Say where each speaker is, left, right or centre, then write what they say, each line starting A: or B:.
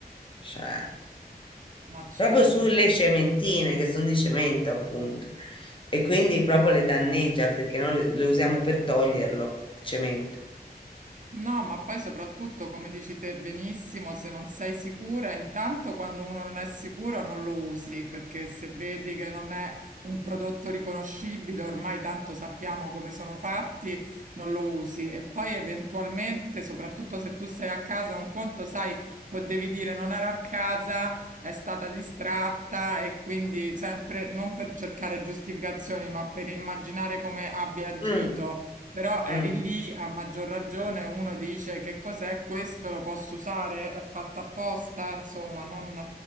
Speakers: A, on the left; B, on the right.
A: Cioè.
B: Ma certo.
A: proprio sulle cementine che sono di cemento, appunto. E quindi proprio le danneggia perché noi le usiamo per toglierlo, il cemento.
B: No, ma poi soprattutto, come dici te benissimo, se non sei sicura, intanto quando uno non è sicuro non lo usi, perché se vedi che non è un prodotto riconoscibile, ormai tanto sappiamo come sono fatti, non lo usi. E poi eventualmente, soprattutto se tu sei a casa, un conto, sai, potevi dire non ero a casa, è stata distratta e quindi sempre non per cercare giustificazioni, ma per immaginare come abbia agito.
A: Mm,
B: Però eri
A: mm.
B: lì, a maggior ragione, uno dice che cos'è questo, lo posso usare, è fatto apposta, insomma, non,